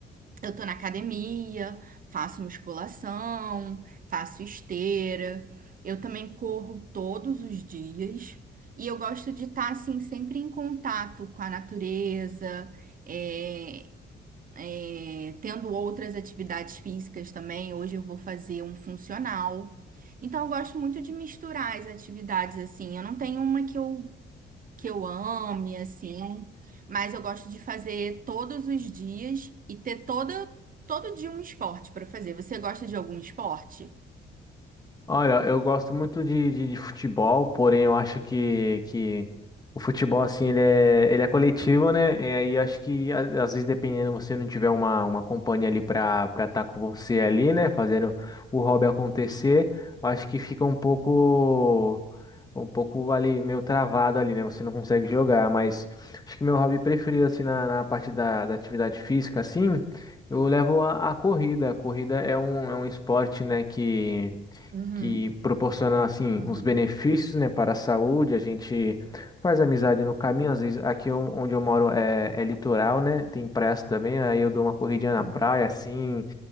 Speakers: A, on the right; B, on the left.
A: eu tô na academia, faço musculação, faço esteira. Eu também corro todos os dias. E eu gosto de estar, assim, sempre em contato com a natureza. eh, é, tendo outras atividades físicas também. Hoje eu vou fazer um funcional. Então eu gosto muito de misturar as atividades assim. Eu não tenho uma que eu que eu ame assim, mas eu gosto de fazer todos os dias e ter toda todo dia um esporte para fazer. Você gosta de algum esporte?
B: Olha, eu gosto muito de, de, de futebol, porém eu acho que, que o futebol, assim, ele é, ele é coletivo, né? E aí eu acho que, a- às vezes, dependendo, você não tiver uma, uma companhia ali pra, pra estar com você ali, né? Fazendo o hobby acontecer, eu acho que fica um pouco, um pouco ali, meio travado ali, né? Você não consegue jogar, mas acho que meu hobby preferido, assim, na, na parte da, da atividade física, assim, eu levo a, a corrida. A corrida é um, é um esporte, né, que
A: Uhum,
B: que proporciona assim
A: uhum,
B: os benefícios, né, para a saúde. A gente faz amizade no caminho, às vezes aqui on- onde eu moro é, é litoral, né? Tem praias também, aí eu dou uma corridinha na
A: uhum,
B: praia assim,